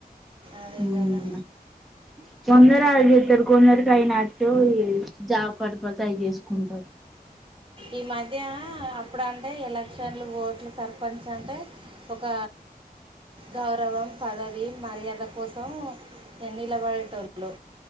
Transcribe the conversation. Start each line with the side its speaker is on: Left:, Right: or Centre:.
Right: అదే
Centre: ఉ అమ్మ
Right: కదా
Centre: కొందరే ఐజేతారు కొందరే ట్రైనాట్ జాబ్ పర్పస్ అవి చేసుకుంటారు
Right: ఈ మధ్య అప్పుడు అంటే ఎలక్షన్లు ఓట్లు సర్పంచ్ అంటే ఒక గౌరవం పదవి మర్యాద కోసం నిలబడే టోల్లు